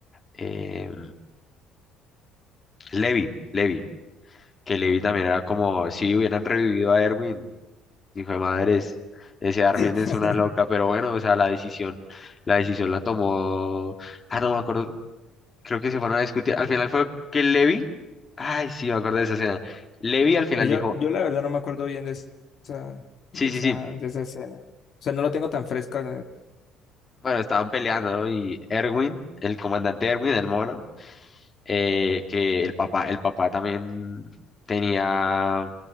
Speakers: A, on the left; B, on the left.
A: em, Levi, Levi, que Levi también era como si hubieran revivido a Erwin, hijo de madres, ese Armin
B: <laughs>
A: es una loca, pero bueno, o sea, la decisión, la decisión la tomó, ah, no me acuerdo, creo que se fueron a discutir, al final fue que Levi, ay, sí, me acuerdo de esa escena, Levi al final
B: Pues Yo,
A: dijo,
B: yo la verdad no me acuerdo bien de esa,
A: sí,
B: de esa,
A: sí, sí.
B: de esa escena. O sea, no lo tengo tan fresca.
A: Bueno, estaban peleando, ¿no? Y Erwin, el comandante Erwin, el mono, eh, que el papá, el papá también tenía